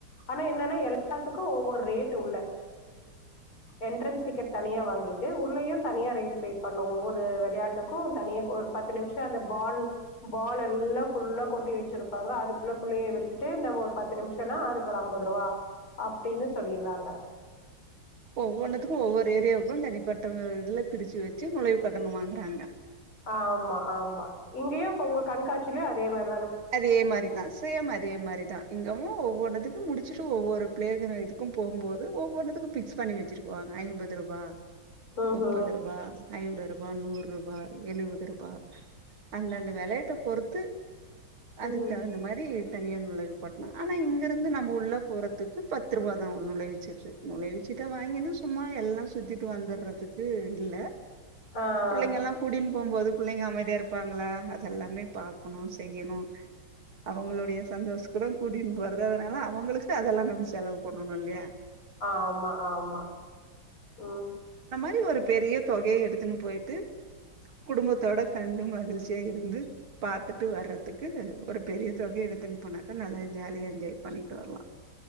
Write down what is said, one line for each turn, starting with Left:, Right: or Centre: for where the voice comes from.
Left: ஆனா என்னன்னா எல்லாத்துக்கு ஒவ்வொர் ரேட்டு உள்ள எண்ட்ரன்ஸ் டிக்கெட் தனியா வாங்கீட்டு உள்ளயுந் தனியா ரேட்டு பே பண்ணு ஒவ்வொரு வெளையாட்டுக்கு தனியா ஒரு பத்து நிமிஷ அந்த ஃபால் ஃபால் எல்லா ஃபுல்லா கொட்டி வச்சுருப்பாங்க அதுக்குள்ள புள்ளைய விட்டுட்டு நம்ம ஒரு பத்து நிமிஷோன்னா அதுக்கு ஒரு அம்பது ரூவா அப்டின்னு சொல்லிட்றாங்க
Right: ஒவ்வொன்னுத்துக்கு ஒவ்வொரு ஏரியாவுக்கு தனிப்பட்ட இதுல பிரிச்சி வச்சி நுழைவு கட்டண வாங்குறாங்க
Left: ஆமா ஆமா இங்கேயு அப்ப உங்க கண்காட்சிலேயு அதே மாரி
Right: அதே மாரிதா சேம் அதே மாரிதா இங்கமு ஒவ்வொன்னுதுக்கு முடிச்சுர் ட்டு ஒவ்வொரு பிளேதின இதுக்கும் போகும்போது ஒவ்வொன்னுதுக்கு ஃபிக்ஸ் பண்ணி வச்சிருக்குவாங்க ஐம்பது ரூபா
Left: ம்
Right: முப்பது ரூபா ஐம்பரூபா நூறுரூபா எழுவது ரூபா அந்தந்த வெலையத்த பொறுத்து அதுக்கு
Left: ம்
Right: தகுந்த மாரி தனியா நுழைவு போட்டனு ஆனா இங்க இருந்து நம்ம உள்ள போறதுக்கு பத்து ரூபாதா ஒரு நுழைவுச்சீட்டு நுழைவுசீட்ட வாங்கினு சும்மா எல்லா சுத்திட்டு வந்துடுறதுக்கு இல்ல
Left: ஆ
Right: புள்ளைங்க
Left: ஆ
Right: எல்லா கூட்டின்னு போம்போது புள்ளைங்க அமைதியா இருப்பாங்களா அத்தெல்லாமே பா்கக்கணு செய்யணு அவுங்களுடைய சந்தோஷத்துக் தா கூட்டின்னு போறது அதனால அவூங்களுக்கு அதெல்லா நம்ம செலவு பண்ணணு இல்லையா
Left: ஆமா ஆமா ம்
Right: தின் ஒரு பெரிய தொகைய எடுத்துன்னு போயிட்டு குடும்பத்தோட கண்டு மகிழ்ச்சியா இருந்து பாத்துட் விட்டு வர்றதுக்கு ஒரு பெரிய தொகைய எடுத்துன்னு போனாக்க நல்லா ஜாலியா என்ஜாய் பண்ணிட்டு வரலா